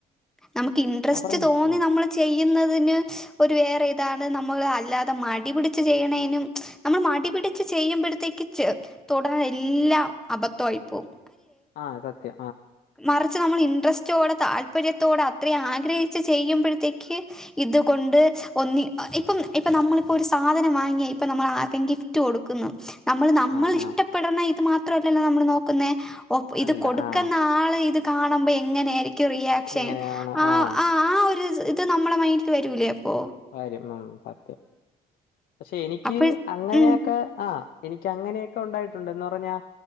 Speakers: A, in the centre; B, on the left.
A: നമുക്ക് ഇട്രസ്റ്റ്
B: ആ പറഞ്ഞോ
A: തോന്നി
B: ആഹ്
A: നമ്മൾ ചെയ്യുന്നതിന് ഒരു വേറെ ഇതാണ് അത് നമ്മള് അല്ലാതെ മടിപിടിച്ച് ചെയ്യണേനും നമ്മൾ മടിപിടിച്ച് ചെയ്യുമ്പോഴത്തേക്കി തുടരെ എല്ലാം അബദ്ധമായി പോവും
B: ആഹ സത്യ
A: മറിച്ച് നമ്മൾ ഇൻട്രസ്റ്റോടെ താല്പര്യത്തോട് അത്രെം ആഗ്രഹിച്ച് ചെയ്യുമ്പോഴത്തേക്ക് ഇത്കൊണ്ട് ഒന്നി ഇപ്പം ഇപ്പൊ നമ്മളിപ്പോ ഒരു സാധനം വാങ്ങിയ ഇപ്പ നമ്മൾ ആർക്കും ഗിഫ്റ്റ് കൊടുക്കുന്നു നമ്മൾ നമ്മൾ
B: ആഹ്
A: ഇഷ്ടപ്പെടുന്ന
B: ആഹ്
A: മാത്രല്ലല്ലോ നമ്മള് നോക്കുന്നേ ഓ ഇത്
B: അല്ല
A: കൊടു
B: ആഹ്
A: ക്കെ നാളെ ഇത് കാണുമ്പ എങ്ങനെ ആയിരിക്കും? ക്ക് റിയാക്ഷൻ
B: ഇങ്ങനെയാണ്
A: ആ
B: ആഹ്
A: ആ ഒരുത് ഇത് നമ്മളെ മൈൻഡ്ല് വരൂല്ലേ അപ്പോൾ?
B: ആര്യം. ആ സത്യം. പക്ഷെ എനിക്ക്
A: അപ്പോൾ
B: അങ്ങനെക്കെ
A: ഉം,
B: ആ എനിക്ക് അങ്ങനെയൊക്കെ ഉണ്ടായിട്ട് ണ്ടന്ന് പറഞ്ഞാ